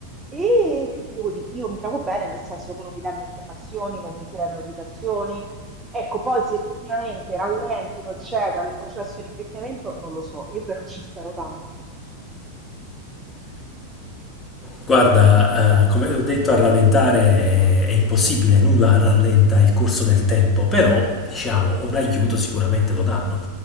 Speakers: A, on the right; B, on the left.
A: E che ti devo dire? Io mi trovo bene, nel senso che non mi danno infiammazioni, non mi creano irritazioni. Ecco, poi se effettivamente rallentino, eccetera, il processo di invecchiamento, non lo so, io però ci spero tanto.
B: Guarda, eh, come ho detto, a rallentare è, è impossibile, nulla rallenta il corso del tempo, però, diciamo, un aiuto sicuramente lo danno.